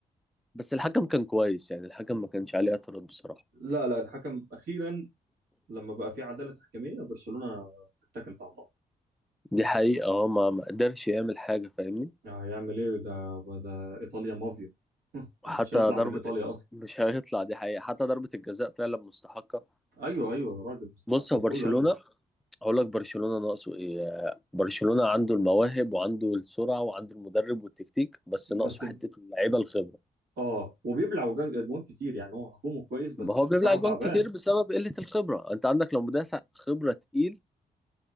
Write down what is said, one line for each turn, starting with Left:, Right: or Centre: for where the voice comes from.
Centre: بس الحكم كان كويس يعني الحكم ما كانش عليه اعتراض بصراحة
Right: لا لا الحكم اخيرا لما بقى في عداله تحكيميه برشلونه اتكلت على الله
Centre: دي حقيقة اه ما ما قدرش يعمل حاجة فاهمني؟
Right: يعني هيعمل ايه ده ده ايطاليا مافيا <laughs>
Centre: وحتى
Right: مش هيطلع
Centre: ضربة
Right: من ايطاليا
Centre: <laughs>
Right: اصلا
Centre: مش هيطلع دي حقيقة حتى ضربة الجزاء فعلا مستحقة
Right: ايوه ايوه يا راجل مستحق
Centre: بص هو
Right: وكله
Centre: برشلونة
Right: قال مستحق
Centre: هقول لك برشلونة ناقصه ايه آه، برشلونة عنده المواهب وعنده السرعة وعنده المدرب والتكتيك بس ناقصه
Right: بس
Centre: حتة اللعيبة الخبرة
Right: اه وبيبلع وجان- اجوان كتير يعني هو هجومه كويس بس
Centre: ما هو بيبلع
Right: دفاعه
Centre: جون
Right: تعبان
Centre: كتير بسبب قلة الخبرة انت عندك لو مدافع خبرة تقيل